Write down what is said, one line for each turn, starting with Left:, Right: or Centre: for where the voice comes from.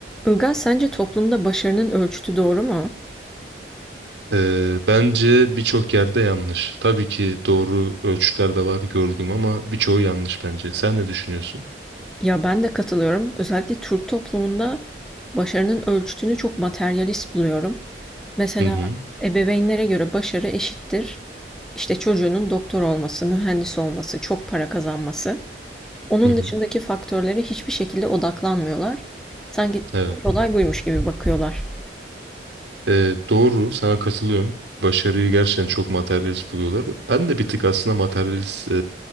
Centre: Ilgaz, sence toplumda başarının ölçütü doğru mu?
Right: Ee, bence birçok yerde yanlış. Tabii ki doğru ölçütler de var gördüğüm ama birçoğu yanlış bence. Sen ne düşünüyorsun?
Centre: Ya ben de katılıyorum. Özellikle Türk toplumunda başarının ölçütünü çok materyalist buluyorum. Mesela
Right: Hı hı.
Centre: ebeveynlere göre başarı eşittir. İşte çocuğunun doktor olması, mühendis olması, çok para kazanması. Onun
Right: Hı hı.
Centre: dışındaki faktörlere hiçbir şekilde odaklanmıyorlar. Sanki
Right: Evet.
Centre: tek olay buymuş gibi bakıyorlar.
Right: Ee, doğru. Sana katılıyorum. Başarıyı gerçekten çok materyalist buluyorlar. Ben de bir tık aslında materyalist e,